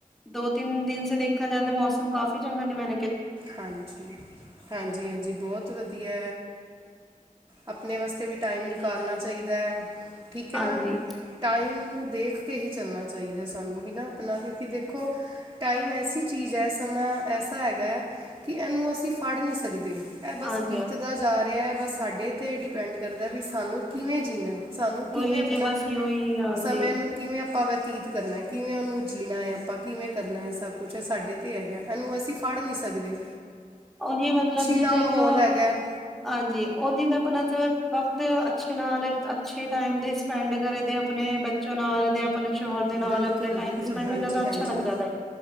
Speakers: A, in the centre; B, on the right.
A: ਦੋ ਤਿੰਨ ਦਿਨ ਦੇਖਾ ਜਾਂਦਾ ਮੌਸਮ ਕਾਫ਼ੀ ਚੰਗਾ ਨਹੀਂ ਮੈਂ
B: ਹਾਂਜੀ ਹਾਂਜੀ ਹਾਂਜੀ ਬਹੁਤ ਵਧੀਆ ਆਪਣੇ ਵਾਸਤੇ ਵੀ ਟਾਈਮ ਨਿਕਾਲਣਾ ਚਾਹੀਦਾ ਹੈ ਠੀਕ
A: ਹਾਂਜੀ।
B: ਹੈ ਨਾ ਟਾਈਮ ਨੂੰ ਦੇਖ ਕੇ ਹੀ ਚੱਲਣਾ ਚਾਹੀਦਾ ਸਾਨੂੰ ਬਿਨਾਂ ਆਪਣਾ ਕਿਉਂਕਿ ਦੇਖੋ ਟਾਈਮ ਐਸੀ ਚੀਜ਼ ਹੈ ਸਮਾਂ ਐਸਾ ਹੈਗਾ ਕਿ ਇਹਨੂੰ ਅਸੀਂ ਫੜ ਨਹੀਂ ਸਕਦੇ ਇਹ ਬਸ
A: ਹਾਂਜੀ-ਹਾਂਜੀ
B: ਬੀਤਦਾ ਜਾ ਰਿਹਾ ਹੈ ਬਸ ਸਾਡੇ 'ਤੇ ਡਿਪੈਂਡ ਕਰਦਾ ਵੀ ਸਾਨੂੰ ਕਿਵੇਂ ਜੀਣਾ ਸਾਨੂੰ ਕਿਵੇਂ
A: ਉਹੀ
B: ਆਪਣਾ
A: ਜੀ ਬਸ ਉਹੀ ਹਾਂਜੀ
B: ਸਮੇ ਨੂੰ ਕਿਵੇਂ ਆਪਾਂ ਤੀਤ ਕਰਨਾ ਕਿਵੇਂ ਉਹਨੂੰ ਜੀਣਾ ਹੈਏ ਆਪਾਂ ਕਿਵੇਂ ਕਰਨਾ ਹੈ ਸਭ ਕੁਛ ਇਹ ਸਾਡੇ ਤੇ ਹੈਗਾ ਇਹਨੂੰ ਅਸੀਂ ਫੜ ਨੀ ਸਕਦੇ
A: ਉਨੀ ਮਤਲਬ ਜਿ
B: ਦਾ
A: ਕਿ
B: ਮਾਹੌਲ
A: ਉਹ
B: ਹੈਗਾ ਹੈ,
A: ਹਾਂਜੀ ਉਨੀ ਤਾਂ ਆਪਲ ਵਕਤ ਅੱਛੇ ਨਾਲ ਅੱਛੇ ਟਾਈਮ ਦੇ ਸਪੈਂਡ ਕਰੇ ਦੇ ਆਪਣੇ ਬੱਚੋਂ ਨਾਲ ਆਪਣੇ ਸ਼ੋਹਰ ਦੇ ਨਾਲ
B: ਬਿਲਕੁਲ
A: ਆਪਣੇ ਟਾਈਮ
B: ਬਿਲਕੁਲ
A: ਸਪੈਂਡ
B: ਹਾਂਜੀ
A: ਹੋ ਜਾਦਾ ਅੱਛਾ
B: ਹਾਂਜੀ
A: ਲੱਗ ਜਾਦਾ ਹੈ